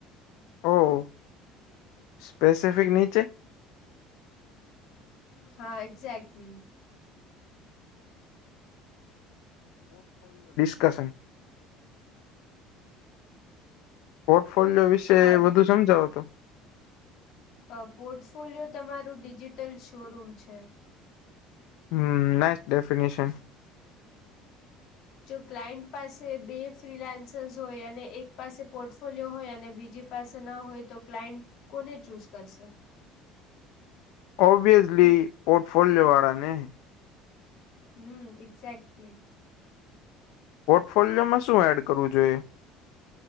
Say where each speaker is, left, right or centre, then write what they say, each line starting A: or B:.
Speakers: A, on the left; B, on the left.
A: ઓ
B: <inaudible>
A: સ્પેસિફિક નીચે
B: હા એક્ઝે્ટલી.
A: કસમ. <unintelligible> પોર્ટફોલિયો વિશે
B: હા
A: વધુ સમજાવો તો.
B: અ પોર્ટફોલિયો તમારું ડિજિટલ શોરૂમ છે.
A: હમ નાઈસ ડેફિનેશન.
B: જો ક્લાયન્ટ પાસે બે ફ્રીલાન્સસ હોય અને એક પાસે પોર્ટફોલિયો હોય અને બીજી. પાસે ના હોય તો ક્લાયન્ટ કોને ચૂઝ કરશે.
A: ઓબવિયસલી પોર્ટફોલિયો વાળા ને.
B: હમ એક્ઝેક્ટલી.
A: પોર્ટફોલિયોમાં શું એડ કરવું જોઈએ.